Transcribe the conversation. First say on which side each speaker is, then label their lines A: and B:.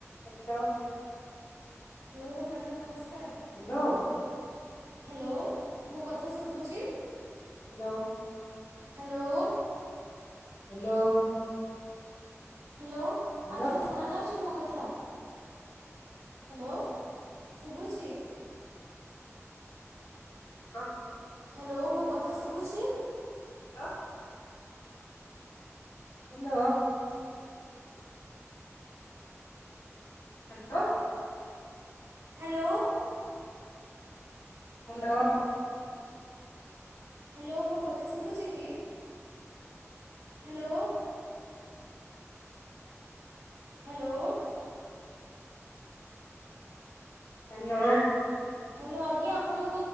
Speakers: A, on the left (about 90°); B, on the right (about 85°).
A: ହ୍ୟାଲୋ।
B: ହ୍ୟାଲୋ ମ୍ୟାଡ଼ାମ୍ ନମସ୍କାର।
A: ହ୍ୟାଲୋ।
B: ହ୍ୟାଲୋ ମୋ କଥା ଶୁଭୁଚି।
A: Hello.
B: Hello.
A: Hello.
B: Hello
A: hello
B: ଆଜ୍ଞା ଶୁଣାଯାଉଛି ମୋ କଥା- ହ୍ୟାଲୋ ଶୁଭୁଛି।
A: ହଁ।
B: ହ୍ୟାଲୋ ମୋ କଥା ଶୁଭୁଛି।
A: Hello. Hello. Hello
B: hello.
A: Hello.
B: Hello ମୋ କଥା ଶୁଭୁଛି କି ହ୍ୟାଲୋ। ହ୍ୟାଲୋ।
A: ହ୍ୟାଲୋ।
B: ହ୍ୟାଲୋ ଆଜ୍ଞା ଆପଣ